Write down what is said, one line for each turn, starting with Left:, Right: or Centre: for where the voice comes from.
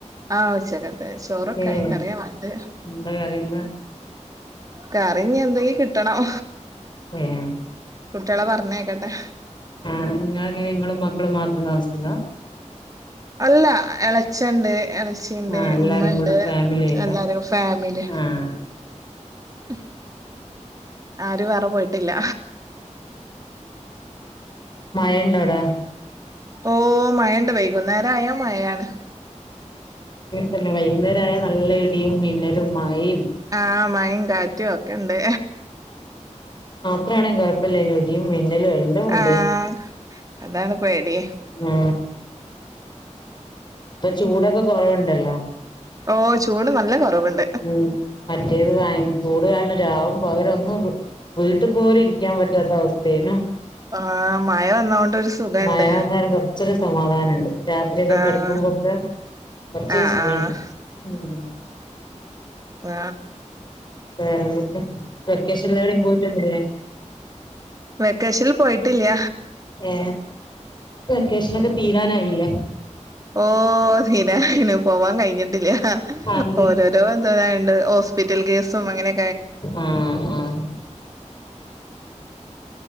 Right: ആഹ് ഉച്ചകത്തെ ചോറൊക്കെ
Left: ഏഹ്
Right: ആയി കറിയാവാനിണ്ട്
Left: എന്താ കറിയെന്താ
Right: കറി ഇനിയെന്തങ്കിലും ട്ടണം
Left: ഏഹ്
Right: കുട്ടികളെ പറഞ്ഞേക്കട്ടെ
Left: ആ നിങ്ങള അങ്ങനെ നിങ്ങളും മക്കളും മാത്രംതാമസിക്കുന്നെ
Right: അല്ല ഇളച്ചണ്ട് എളേ ചച്ചിയണ്ട്
Left: ആഹ് എല്ലാരും
Right: ഉമ്മ ഉണ്ട്
Left: കൂടെ ഫാമിലി ആയിട്ടാ
Right: എല്ലാരും ഫാമിലി
Left: ആഹ്
Right: ഉ ആരും വേറെ പോയിട്ടില്ല
Left: മയണ്ടോടാ
Right: ഓ മഴണ്ട വൈകും നേേരം അയാ മഴാണ്
Left: പിന്നെ വൈകുന്നേരമായ നല്ല ഇടിയും മിന്നലും മയയും
Right: ആഹ മയും കാറ്റും ഒക്കെ ഇണ്ട്
Left: ത്രാണ കൊയപ്പലായ്ന് ഇടിയും മിന്നലും ല വെല്ല ഉണ്ട്
Right: ആഹ് അതാണ് പേടി
Left: ആ ചൂടൊക്കെ കൊറവുണ്ടല്ലോ
Right: ഓ ചൂട് നല്ല കുറവുണ്ട്
Left: ഉ പറ്റിയത് വാങ്ങ ചൂട് കാരണം രാവും അവരൊന്നും വീട്ടിൽ പോലും ഇരിക്കാൻ പറ്റാത്ത അവസ്ഥേനു
Right: ആഹ് മഴ വന്നോണ്ട് ഒരു സുഖണ്ട്
Left: മഴ വന്നാലും കുറച്ചൊരു സമാധാനംഉ ണ്ട് രാത്രിയക്കെ
Right: ആഹ്
Left: കെടക്കുമ്പോക്കെ കൊറച്ചരു
Right: ആഹ്
Left: സുഖം
Right: ആഹ്
Left: കിട്ടും
Right: ആ
Left: വേറെന്തൊക്കെ വെക്കേഷൻ എവിടങ്കയും പോയിട്ടുന്നല്ലേ
Right: വെക്കേഷനിൽ പോയിട്ടില്ല
Left: ഏ വെക്കേഷനൊക്കെ തീരാനായില്ലേ
Right: ഓ ശരിയാണ് പോവാൻ കഴിഞ്ഞിട്ടില്ലേ ആ
Left: ആന്തേ
Right: ഓരോരോ എന്തോണ്ട് ഹോസ്പിറ്റൽ കേസും അങ്ങനെ
Left: ആഹ ആഹ